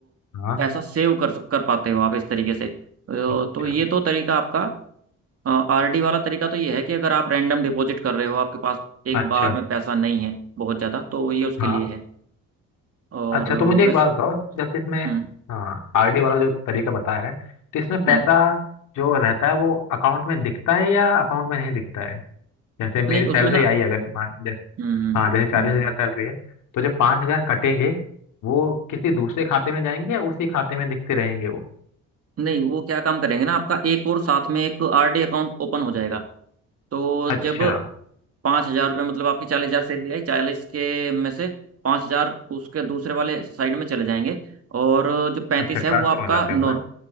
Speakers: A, on the left (about 80°); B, on the right (about 50°).
A: हाँ
B: पैसा सेव कर कर पाते हो आप इस तरीके से तो
A: अच्छा
B: तो ये तो तरीका आपका आरडी वाला तरीका तो ये है कि अगर आप रैंडम डिपॉजिट कर रहे हो आपके पास एक
A: अच्छा
B: बार में पैसा नहीं है बहुत ज़्यादा तो ये उसके
A: हाँ
B: लिए है और
A: अच्छा
B: अ,
A: तो मुझे एक
B: वैसे
A: बात बताओ जैसे इसमें
B: हम्म
A: हाँ आरडी वाला जो तरीका बताया है तो इसमें
B: हम्म
A: पैसा जो रहता है वो अकाउंट में दिखता है या अकाउंट में नहीं दिखता है जैसे मेरी
B: नहीं
A: सैलरी
B: उसमें ना
A: आई अगर मान जैसे
B: हम्म
A: हाँ जैसे चालीस
B: हम्म
A: हजार सैलरी है तो जो पाँच हजार कटेंगे वो किसी दूसरे खाते में जाएंगे या उसी खाते में दिखते रहेंगे वो
B: नहीं वो क्या काम करेंगे ना आपका एक और साथ में एक आरडी अकाउंट ओपन हो जाएगा तो
A: अच्छा
B: जब पाँच हजार रुपये मतलब आपकी चालीस हजार सैलरी आई चालीस के में से पाँच हजार उसके दूसरे वाले साइड में चले जाएंगे और जो पैंतीस
A: अच्छा ट्रांसफर
B: है वो आपका
A: हो जाते
B: नॉर
A: हैं वो